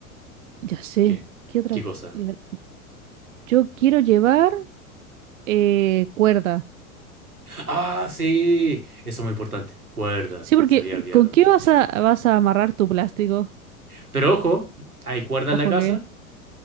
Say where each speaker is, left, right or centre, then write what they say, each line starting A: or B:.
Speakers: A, on the right; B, on the right.
A: ya sé.
B: ¿Qué?
A: ¿Qué otra?
B: ¿Qué cosa?
A: la- Yo quiero llevar eh, cuerda.
B: Ah, sí. Eso es muy importante. Cuerda.
A: Sí, porque
B: Se había olvidado
A: ¿con qué
B: también.
A: vas a, vas a amarrar tu plástico?
B: Pero ojo, ¿hay cuerda
A: Ojo
B: en la casa?
A: que.